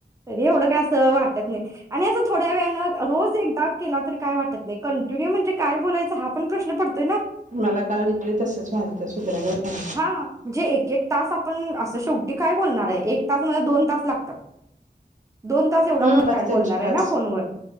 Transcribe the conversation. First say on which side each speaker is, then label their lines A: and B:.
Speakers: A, on the right; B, on the right.
A: तरी एवढ काय असं वाटतं नाही आणि असं थोड्या वेळने रोज एकदा केला तरी काय वाटत नाही कंटिन्यू म्हणजे काय बोलायचा हा प्रश्न पडतोय ना.
B: मला काल <unintelligible> तसंच व्हालत सुधरणा झालत.
A: हा म्हणजे एक एक तास आपण असं शेवटी काय बोलणारयं एक तास म्हणत दोन तास लागतात. दोन तास एवढं
B: हम्म
A: आपण
B: पाच
A: काय बोलणारयं
B: त्यांचे पाच.
A: ना फोनवर